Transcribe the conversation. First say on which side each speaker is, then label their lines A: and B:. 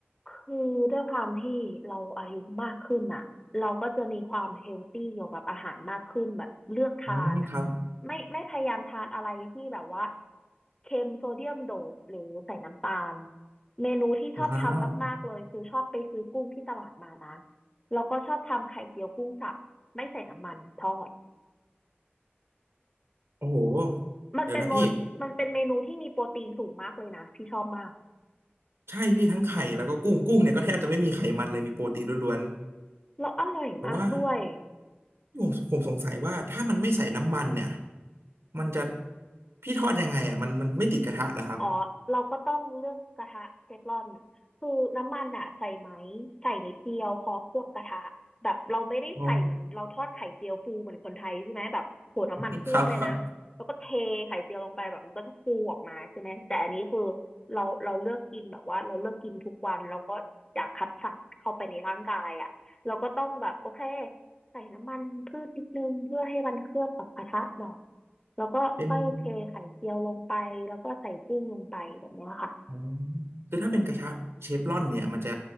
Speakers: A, on the left; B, on the right.
A: คือด้วยความที่เราอายุมากขึ้นอ่ะเราก็จะมีความเฮลตี้เกี่ยวกับอาหารมากขึ้นแบบเลือกทานอ่ะ
B: อืมครับ
A: ไม่ไม่พยายามทานอะไรที่แบบว่าเค็มโซเดียมโดดหรือใส่น้ำตาลเมนูที่ชอบทำมากๆเลยคือชอบไปซื้อกุ้งที่ตลาดมานะ
B: อ่า
A: แล้วก็ชอบทำไข่เจียวกุ้งสับไม่ใส่น้ำมันทอด
B: โอ้โห
A: มันเป็นโมมันเป็นเมนูที่มีโปรตีนสูงมากเลยนะพี่ชอบมาก
B: เดี๋ยวนะพี่ใช่พี่ทั้งไข่แล้วก็กุ้งกุ้งเนี่ยก็แทบจะไม่มีไขมันเลยมีโปรตีนล้วน
A: แล้วอร่อยมากด้วย
B: ๆแต่ว่า ผมผมสงสัยว่าถ้ามันไม่ใส่น้ำมันเนี่ยมันจะพี่ทอดยังไงอ่ะมันมันไม่ติดกระทะเหรอครับ
A: อ๋อเราก็ต้องเลือกกระทะเทฟลอนน่ะคือน้ำมันอ่ะใส่ไหมใส่นิดเดียวพอเคลือบกระทะแบบเราไม่ได้ใส่เหมือนเราทอดไข่เจียวฟูเหมือนคนไทยใช่ไหมแบบโหน้ำมันท่วมเลยนะแล้วก็เทไข่เจียวลงไปแบบมันก็จะฟูออกมาใช่ไหมแต่อันนี้คือ
B: อ๋อ <laughs> ครับครับ
A: เราเราเลือกกินแบบว่าเราเลือกกินทุกวันเราก็อยากคัดสรรเข้าไปในร่างกายอ่ะเราก็ต้องแบบโอเคใส่น้ำมันพืชนิดนึงเพื่อให้มันเคลือบกับกระทะหน่อย แล้วก็ค่อยเทไข่เจียวลงไปแล้วก็ใส่กุ้งลงไปแบบเนี้ยค่ะ
B: เป็นอ๋อคือถ้าเป็นกระทะเชฟรอนเนี่ยมันจะ